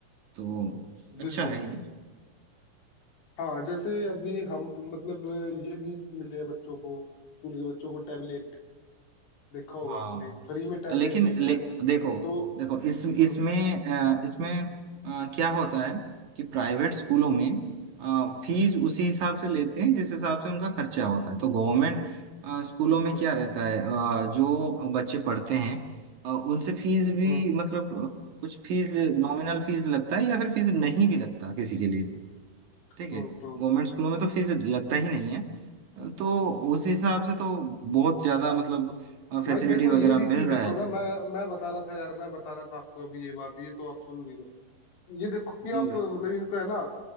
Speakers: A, on the right; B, on the left.
A: तो अच्छा
B: बिल्कुल
A: है ये
B: हाँ जैसे अभी हम मतलब ये भी मिल रहा है बच्चों को स्कूल के बच्चों को टैबलेट देखा होगा
A: हाँ
B: आपने फ्री में टैबलेट
A: लेकिन
B: मिल
A: ले,
B: रहा है
A: देखो
B: तो
A: देखो इस इसमें
B: हम्म
A: अ, इसमें अ, क्या होता है कि प्राइवेट स्कूलों में फीस उसी हिसाब से लेते हैं जिस हिसाब से उनका खर्चा होता है तो गवर्नमेंट स्कूलों में
B: हम्म
A: क्या रहता है अ, जो बच्चे पढ़ते हैं अ, उनसे फीस भी
B: हम्म
A: मतलब अ, कुछ फीस नॉमिनल फीस लगता है या फिर फीस नहीं भी लगता किसी के लिए ठीक
B: हम्म
A: है
B: हम्म।
A: गवर्नमेंट स्कूलों में तो फीस लगता ही नहीं है तो उस हिसाब से तो बहुत ज्यादा मतलब फैसिलिटी
B: भाई देखो
A: वगैरह
B: ये भी चीज
A: मिल रहा
B: देखो
A: है
B: ना मैं मैं बता रहा था यार मैं बता रहा था आपको अभी ये बात ये तो आप सुन नहीं रहे ये देखो कि
A: जी
B: आप
A: भाई
B: मतलब इनको है ना